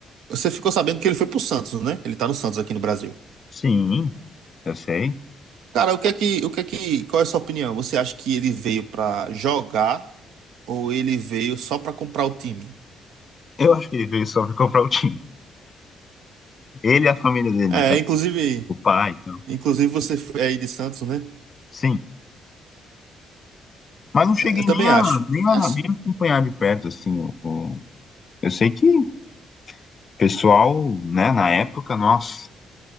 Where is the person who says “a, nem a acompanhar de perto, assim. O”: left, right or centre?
Left